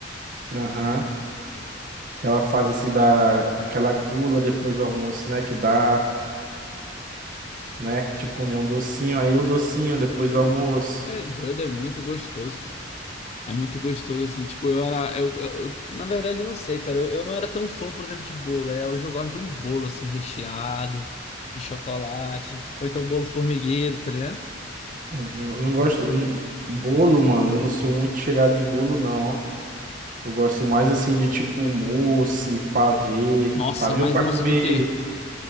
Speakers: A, on the right; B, on the left.
A: Aham. Aquela fase assim da. Aquela gula depois do almoço, né? Que dá, né? Tipo comer um docinho, aí o docinho depois do almoço.
B: É doido, é muito gostoso, cara. É muito gostoso, assim, tipo, eu era. Eu, eu- eu- na verdade, eu não sei, cara. Eu, eu não era tão fã, por exemplo, de bolo. É, hoje eu gosto de um bolo, assim, recheado, de chocolate. Ou então um bolo formigueiro, tá ligado?
A: Uhum, Eu não gosto. eu não- Bolo, mano, eu não sou muito chegado em bolo, não, ó. Eu gosto mais assim de tipo mousse, pavê.
B: Nossa,
A: Pavê
B: mas
A: ou pra
B: mousse
A: comer.
B: de quê?